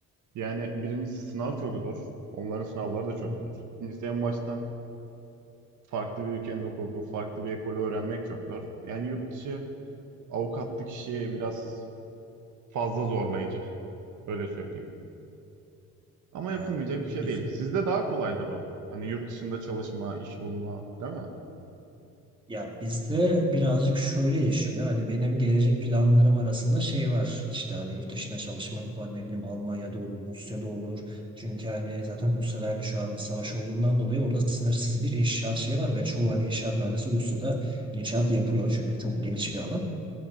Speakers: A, on the right (about 75°); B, on the right (about 15°).
A: yani birincisi sınav çok zor. Onların sınavları da çok
B: hı.
A: zor. İkincisi en baştan farklı bir ülkenin hukuku, farklı bir ekolü öğrenmek çok zor. Yani yurt dışı avukatlık işi biraz fazla zorlayıcı, öyle söyleyeyim. Ama
B: Ya
A: yapılmayacak bir
B: bizim
A: şey değil. Sizde daha kolaydır o. Hani yurt dışında çalışma, iş bulma, değil mi?
B: ya bizde birazcık şöyle işliyor. Hani benim gelecek planlarım arasında şey var. İşte hani yurt dışına çalışmak var. Ne bileyim Almanya'da olur, Rusya'da olur. Çünkü hani zaten Rusya'da hani şu an bir savaş olduğundan dolayı orada sınırsız bir inşaat şeyi var ve çoğu hani inşaat mühendisi Rusya'da inşaat yapıyor. Çünkü çok geniş bir alan.